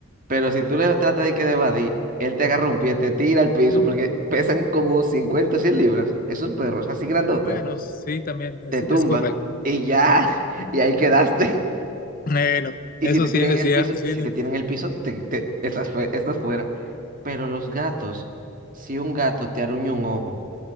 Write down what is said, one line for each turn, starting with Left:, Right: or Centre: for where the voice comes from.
Right: Pero si tú le tratas de que de evadir, él te agarra un pie, te tira al piso, porque pesan como cincuenta o 100 libras, esos perros así grandotes,
Left: Bueno, sí, también es,
Right: te tumban
Left: es correcto.
Right: y ya, <laughs> y ahí quedaste. <laughs>
Left: Bueno,
Right: Y
Left: eso
Right: si te
Left: sí
Right: tienen
Left: es
Right: en
Left: cierto,
Right: el piso,
Left: sí.
Right: si
Left: ¿no?
Right: te tienen en el piso, te, te- estás, fue- estás fuera. Pero los gatos, si un gato te aruña un ojo,